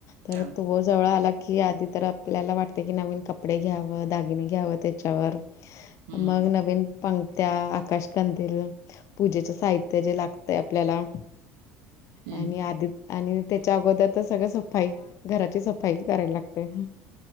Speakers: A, on the left (about 50°); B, on the right (about 65°).
A: तर
B: हो
A: त जवळ आला की आधी तर आपल्याला वाटते की नवीन कपडे घ्यावं दागिने घ्यावं त्याच्यावर
B: हम्म
A: मग नवीन पंत्या आकाशकंदील पूजेच्या साहित्य जे लागतय आपल्याला
B: हम्म
A: आणि आदित आणि त्याच्या अगोदर तर सगळ सफाई घराची सफाई करायला लागते